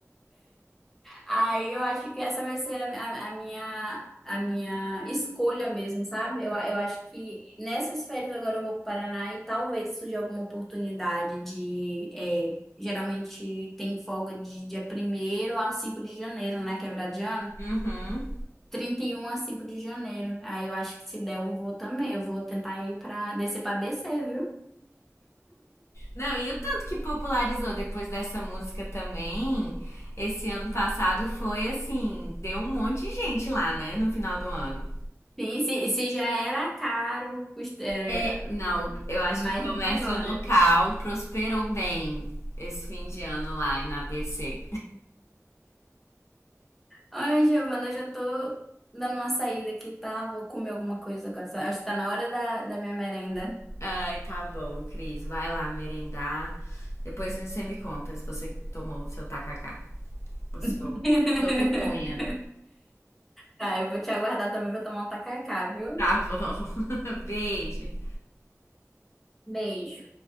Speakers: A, in the centre; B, on the left.
A: Aí eu acho que essa vai ser a, a- a minha, a minha escolha mesmo, sabe? Eu, eu acho que nessas férias agora eu vou para o Paraná e talvez surja alguma oportunidade de. é, geralmente tem folga de dia primeiro a 5 de janeiro, né? Que é virada de ano.
B: Uhum.
A: trinta e um a cinco de janeiro. Aí eu acho que se der, eu vou também. Eu vou tentar ir pra descer pra descer, viu?
B: Não, e o tanto que popularizou depois dessa música também, esse ano passado foi assim, deu um monte de gente lá, né, no final do ano.
A: Sim, se, se já era caro, custa- é,
B: É, não, eu acho
A: imagine
B: que o comércio
A: agora.
B: local prosperou bem esse fim de ano lá na ABC.
A: Olha, Giovana, eu já tô dando uma saída aqui, tá? Vou comer alguma coisa agora. Só- Acho que tá na hora da, da minha merenda.
B: <laughs> Ai, tá bom, Cris, vai lá merendar. Depois você me conta se você tomou o seu tacacá, o seu,
A: <laughs>
B: sua pupunha.
A: Tá, eu vou te aguardar também, vou tomar um tacacá, viu?
B: Tá bom. <laughs> Beijo.
A: Beijo.